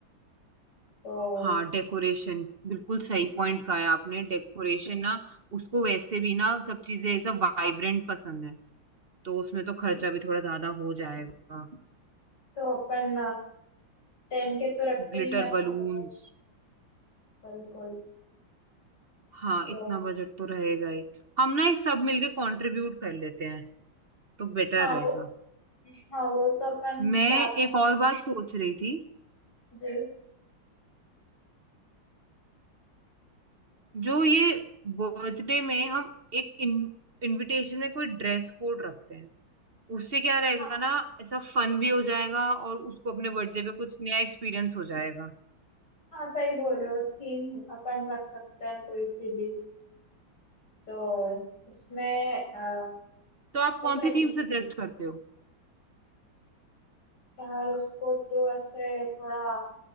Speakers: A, on the left; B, on the right.
A: तो
B: हाँ डेकोरेशन बिल्कुल सही पॉइंट कहा है आपने डेकोरेशन ना उसको वैसे भी ना सब चीजें सब वाइब्रेंट पसंद है तो उसमें तो खर्चा भी थोड़ा ज्यादा हो जाएगा
A: तो अपन टेन के तो रखते
B: Glitter
A: ही है अपना
B: balloons
A: बजट बिल्कुल
B: हाँ
A: तो
B: इतना बजट तो रहेगा ही हम ना ये सब मिलके कंट्रीब्यूट कर लेते हैं तो बेटर
A: हाँ
B: रहेगा
A: वो हाँ वो तो अपन
B: मैं
A: चार पाँच
B: एक और बात सोच रही थी
A: जी
B: जो ये बर्थडे में हम एक इन, इनविटेशन में कोई ड्रेस कोड रखते हैं उससे क्या रहेगा
A: हाँ
B: ना ऐसा फन भी हो जाएगा और उसको अपने बर्थडे पे कुछ नया एक्सपीरियंस हो जाएगा
A: हाँ सही बोल रहे हो थीम अपन रख सकते हैं कोई सी भी तो इसमें अ,
B: तो आप
A: देखो
B: कौन सी
A: इन-
B: थीम सजेस्ट करते हो
A: यार उसको तो ऐसे थोड़ा